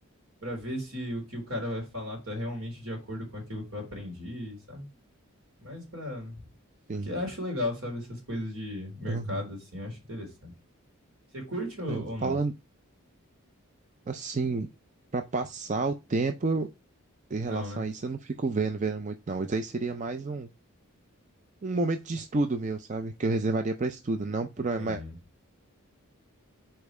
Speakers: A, on the right (about 70°); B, on the right (about 35°).
A: para ver se o que o cara vai falar tá realmente de acordo com aquilo que eu aprendi, sabe? Mas para
B: Sim.
A: que eu acho legal, sabe, essas coisas de mercado
B: Aham.
A: assim, eu acho interessante. Você curte ou,
B: É,
A: ou
B: falando
A: não?
B: assim, pra passar o tempo em relação
A: Não, né?
B: a isso, eu não fico vendo, vendo muito não. Isso aí seria mais um, um momento de estudo meu, sabe? Que eu reservaria pra estudo, não pra
A: Entendi.
B: mais